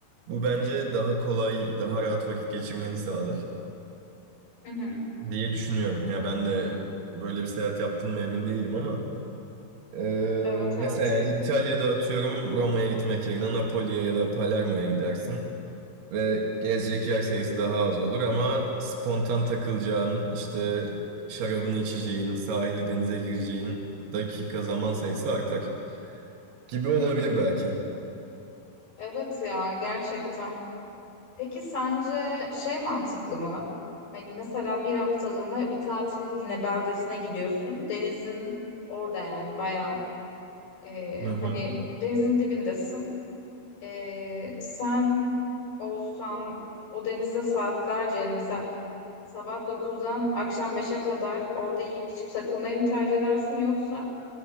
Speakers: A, on the right; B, on the left.
A: Bu bence daha kolay, daha rahat vakit geçirmeni sağlar
B: Hı hı.
A: diye düşünüyorum. Ya ben de böyle bir seyahat yaptım mı emin değilim ama ee,
B: Evet
A: mesela
B: evet.
A: yani İtalya'da atıyorum Roma'ya gitmek yerine Napoli'ye ya da Palermo'ya gidersin. Ve gezecek yer sayısı daha az olur ama spontan takılacağın, işte şarabını içeceğin, sahile denize gireceğin dakika zaman sayısı artar gibi olabilir belki.
B: Evet ya gerçekten. Peki sence şey mantıklı mı? Hani mesela bir haftalığına bir tatil yine beldesine gidiyorsun. Denizin orada yani bayağı e,
A: Hı hı.
B: hani denizin dibindesin. E, sen olsan o denizde saatlerce yani mesela sabah dokuzdan akşam beşe kadar orada yiyip içip takılmayı mı tercih edersin yoksa